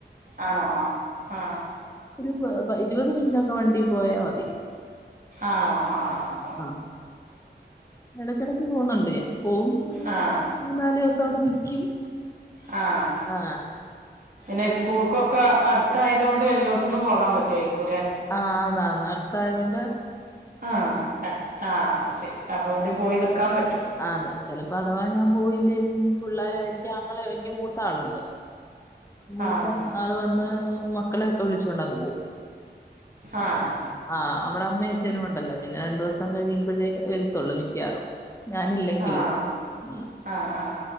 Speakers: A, on the right (about 50°); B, on the left (about 15°).
A: ആണോ ആഹ് ആഹ്
B: ഒരു ഇരുപത് മിനിറ്റൊക്കെ വണ്ടി പോയാൽ മതി
A: ആണോ ആഹ
B: ആഹ ഇടക്കിടക്ക് പോുന്നുണ്ട് പോവും
A: ആഹ്
B: മൂന്ന നാല് ദിവസം അവിടെ നിക്കും
A: ആഹ്
B: ആ
A: പിന്നെ സ്കൂൾക്കൊ -- അടുത്തായതത് കൊണ്ട് എല്ലായിടത്തും ന്നും പോവാൻപറ്റുവമായിരിക്കും അല്ലേ
B: ആഹ് അടുത്തായത് കൊണ്ട്
A: ആ ആ ശരി അപ്പൊ എവിടയും പോയി നിക്കാൻ പറ്റൂ
B: ആതാ ചിലപ്പോ അഥവാ ഞാൻ പോയില്ലേൽ പിള്ളേർ എനിക്ക് അങ്ങെനെ എനിക്ക് മൂത്ത ആളുണ്ട് മൂത്താ
A: ആഹ്
B: നാള് വന്ന് മക്കളെയൊക്കെ വിളിച്ചുക കൊണ്ടങ് പോകും
A: ആഹ
B: ആഹ് അവിടെ അമ്മേ അച്ഛനും കൊണ്ടല്ലോ പിന്നെ രണ്ടു ദിവസം കഴിയുമ്പോഴേ വരുത്തുള്ളൂ മിക്കാവറും ഞാനല്ലെങ്കിലും
A: ആഹ്
B: ഉ
A: ആഹ് ആഹ്